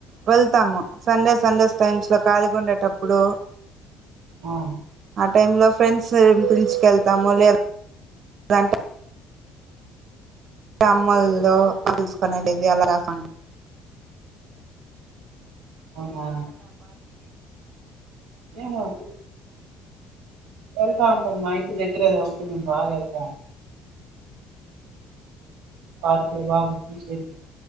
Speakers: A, on the right; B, on the right.
A: వెళ్తాము సండే సండేస్ టైమ్స్లో ఖళిగా ఉండేటప్పుడు
B: ఆ
A: ఆ టైంలో ఫ్రెండ్స్ పసుుకెళ్తాము లేంటే అమ మమ్మల్లో ఉలుసుకునే లేది అలాస
B: అవునా ఏను వెల్ అపమ్మా ఇకు తె ఇరే కాబట్టి మేము బాగా వెళ్తాం పార్క్ లో బాగా చూసే